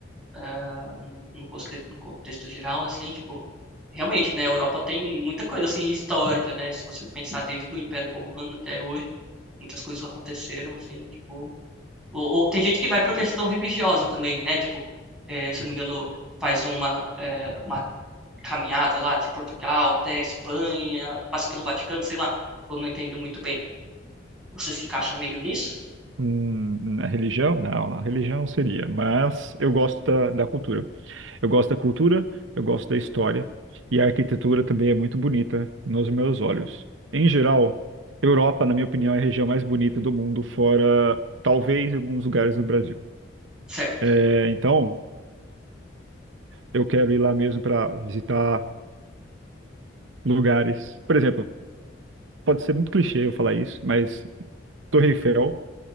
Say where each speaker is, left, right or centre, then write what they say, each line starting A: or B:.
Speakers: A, in the centre; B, on the right (about 85°).
A: ah, no, no conte- no contexto geral, assim, tipo, realmente, né, a Europa tem muita coisa, assim, histórica, né, se você pensar desde o Império Romano até hoje, muitas coisas aconteceram, assim, tipo, ou, ou tem gente que vai por questão religiosa também, né, tipo, eh, se eu não me engano, faz uma, eh, uma caminhada lá de Portugal até a Espanha, passa pelo Vaticano, sei lá. Eu não entendo muito bem. Você se encaixa meio nisso?
B: Hum, Na religião? Não, na religião seria, mas eu gosto da, da cultura. Eu gosto da cultura, eu gosto da história, e a arquitetura também é muito bonita nos meus olhos. Em geral, Europa, na minha opinião, é a região mais bonita do mundo, fora talvez alguns lugares no Brasil.
A: Certo.
B: É,
A: <laughs>
B: então, eu quero ir lá mesmo para visitar lugares. Por exemplo, pode ser muito clichê eu falar isso, mas Torre Eiffel,